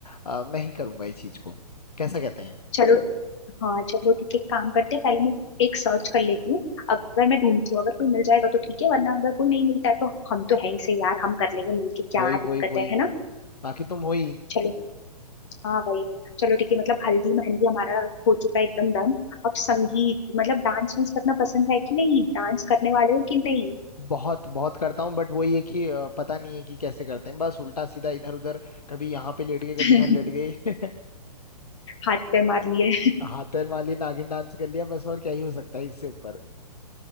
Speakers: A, on the left; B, on the left.
A: अ, मैं ही करूंगा इस चीज को कैसा कहते हैं
B: चलो हाँ चलो ठीक है एक काम करते हैं पहले मैं एक सर्च कर लेती हूँ अगर मैं ढूंढती हूँ अगर कोई मिल जाएगा तो ठीक है वरना अगर कोई नहीं मिलता है तो हम तो है ही सही यार हम कर लेंगे मिलके क्या
A: वही वही
B: दिक्कत
A: वही
B: है है ना
A: बाकी तुम वही
B: चलो हाँ वही चलो ठीक है मतलब हल्दी मेहंदी हमारा हो चुका है एकदम डन अब संगीत मतलब डांस वांस करना पसंद है कि नहीं डांस करने वाले हो कि नहीं
A: बहुत बहुत करता हूँ बट वही है कि अ, पता नहीं है कि कैसे करते हैं बस उल्टा सीधा इधर उधर कभी यहाँ पे लेट गए कभी
B: <laughs>
A: उधर लेट गए <laughs>
B: हाथ पे मार लिए
A: हाथ पैर मार लिए नागिन डांस कर लिया बस और क्या ही हो सकता है इससे ऊपर